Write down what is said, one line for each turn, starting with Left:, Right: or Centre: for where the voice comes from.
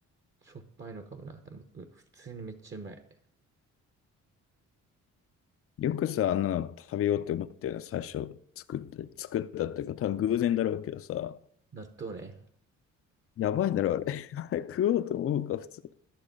Right: しょっぱいのかもな。でも、う普通にめっちゃうまい。
Left: よくさ、あんなの食べようって思ったよね、最初作って、作ったっていうか、多分偶然だろうけどさ、
Right: 納豆ね。
Left: やばいだろ、あれ。<laughs> あれ食おうと思うか、普通。